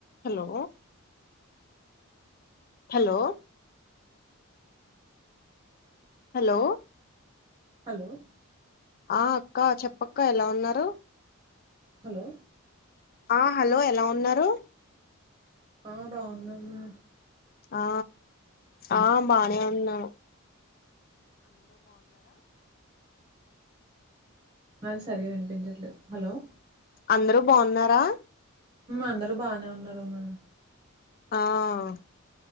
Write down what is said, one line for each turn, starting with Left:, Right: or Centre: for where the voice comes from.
Left: Hello hello hello
Right: hello
Left: ఆ అక్క చెప్పక్క ఎలా ఉన్నారు
Right: హలో
Left: ఆ హలో ఎలా ఉన్నారు
Right: ఆ బాగున్నాను
Left: ఆ ఆ బానే ఉన్నా
Right: ఆ సరిగా వినిపించట్లే హలో
Left: అందరూ బాగున్నారా
Right: అందరూ బానే ఉన్నారమ్మా
Left: ఆ